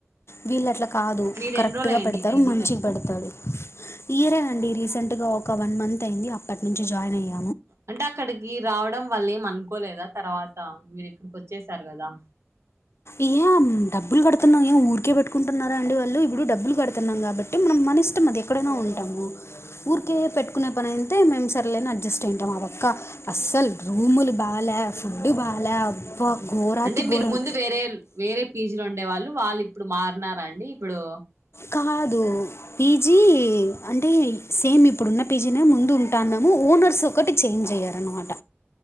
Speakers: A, on the left (about 70°); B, on the right (about 85°).
A: వీళ్ళు అట్ల కాదు
B: మీరు
A: కరెక్ట్గా
B: ఎన్ని రోజులు అయ్యండి
A: పెడతారు
B: పీజీకి
A: మంచిగా
B: వచ్చి
A: పెడతారు ఈ ఇయరే అండి రీసెంట్ గా ఒక వన్ మంత్ అయ్యింది అప్పటి నుంచి జాయిన్ అయ్యా
B: అంటే అక్కడికి రావడం వల్ల ఏం అనుకోలేదా తర్వాత మీరు ఇక్కడికి వచ్చేసారు కదా
A: ఇయాం డబ్బులు కడుతున్నాం ఏం ఊరికే పెట్టుకుంటున్నారా అండి వాళ్ళు ఇప్పుడు డబ్బులు కడుతున్నాం కాబ ట్టి మనం మన ఇష్టం అది ఎక్కడైనా ఉంటాము ఊరికే పెట్టుకునే పని అయితే మేం సరేలే అని అడ్జస్ట్ అయ్యుటాం ఆ ఒక్క అస్సలు రూములు బాలే ఫుడ్ బాలే అబ్బా ఘోరాతి
B: అంటే మీరు
A: ఘోరం
B: ముందు వేరే వేరే పీ జీ లో ఉండే వాళ్ళు వాళ్ళు ఇప్పుడు మారినారా అండి ఇప్పుడు
A: కాదు పీ జీ అంటే సేమ్ ఇప్పుడు ఉన్న పీ జీ నే ముందు ఉంటాన్నాము ఓనర్స్ క్కటి చేంజ్ అయ్యారు అనమాట